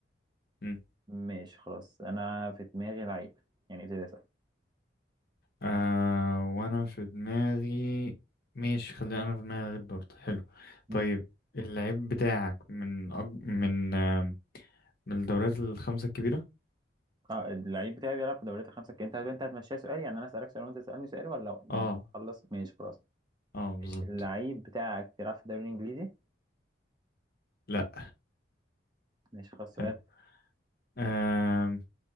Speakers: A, on the left; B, on the right.
A: امم
B: ماشي خلاص أنا في دماغي لعيب يعني ابتدي
A: آه وانا في دماغي ماشي خلينا انا في دماغي غير برضه حلو
B: أسأل
A: طيب اللعيب بتاعك من أج... من آه من الدوريات الخمسة الكبيرة
B: اه اللعيب بتاعي بيلعب في دوريات الخمسة الكبرى انت انت هتمشيها سؤال يعني انا اسالك سؤال وانت تسالني سؤال ولا
A: اه
B: خلص ماشي خلاص
A: اه بالظبط
B: ماشي اللعيب بتاعك بيلعب في الدوري الانجليزي
A: لا
B: ماشي خلاص سؤال
A: حلو آه